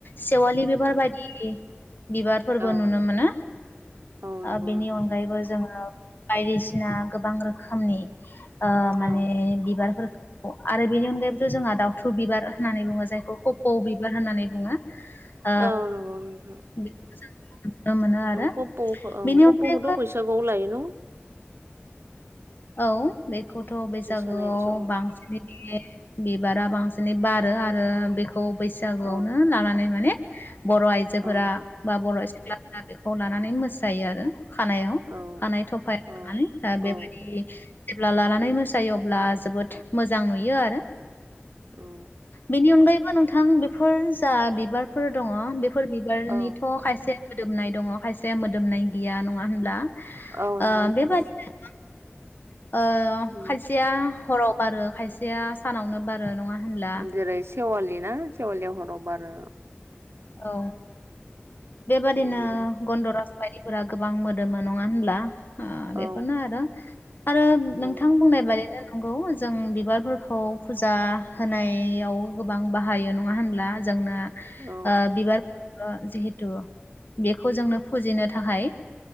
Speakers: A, on the left; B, on the right.
A: सेेवालि बिबार बादि बिबारफोरबो
B: औ
A: नुनो मोनो।
B: औ नंगौ
A: ओ बेनि
B: नोंथां
A: अनगायैबो जोङो बायदिसिना गोबां रोखोमनि ओ माने
B: औ
A: बिबारफोर आरो बेनि अनगायैबोथ' जोंहा दाउथु बिबार होननानै बुङो जायखौ कप औ बिबार होननानै बुङो। ओ
B: औ नंगौ नोंथां
A: बेखोबो जों। ओ मोनो आरो
B: गब'खौ ओं
A: बेनि
B: खप्पौखोथ
A: अनगायैबो
B: बैसागोआव लायो न'
A: औ बे खौथ' बैसागोआव
B: मोसानाय समाव
A: बांसिनै नेयो बिबारा बांसिनै बारो आरो बेखौ। बैसागोआवनो
B: औ
A: लानानै माने। बर' आइजोफोरा
B: औ
A: बा बर' सु ग्लाफ्रा बेखौ लानानै मोसायो आरो। खानायाव
B: औ
A: खानाय थफायाव
B: औ
A: लानानै
B: औ
A: बेबाय जेब्ला लानानै मोसायो अब्ला जोबोद मोजां नुयो आरो
B: औ
A: बेनि अनगायैबो नोंथां बेफोर जा बिबारफोर दङ बेफोर बिबारनिथ'
B: औ
A: खायसे मोदोमनाय दङ खायसेया मोदोमनाय गैया नङा होनब्ला?
B: औ
A: ओ
B: नंगौ नोंथां
A: बेबारिनो गोबां ओ
B: उम
A: खायसिया। हराव बारो खायसेया सानावनो बारो नङा होनब्ला
B: जेरै सेवालि ना सेवालिया हराव बारो।
A: औ बेबादिनो
B: बिदिनो
A: गन्दरास बायदि फोरा गोबां मोदोमोनो न नंङा होनब्ला ओ बेफोरनो
B: औ
A: आरो। आरो नोंथां
B: उम
A: बुंनाय बादिनोन नंगौ जों बिबारफोरखौ फुजा होनायाव गोबां बाहायो नङा होनब्ला ज जोंनो‌
B: औ
A: ओ बिबार ओ जिहेथु बेखौ जोंनो फुजिनो थाखाय